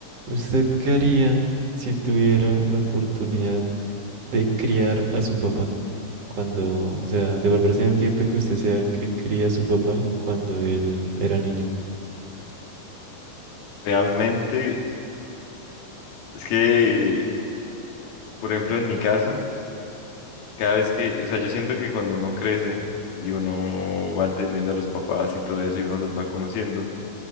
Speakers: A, on the right; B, on the left.
A: ¿Usted qué haría si tuviera la oportunidad de criar a su papá cuando, o sea, devolverse en el tiempo y que usted sea el que cría a su papá cuando él era niño?
B: Realmente, es que, por ejemplo, en mi caso, cada vez que, o sea, yo siento que cuando uno crece y uno va entendiendo a los papás y todo eso y uno los va conociendo,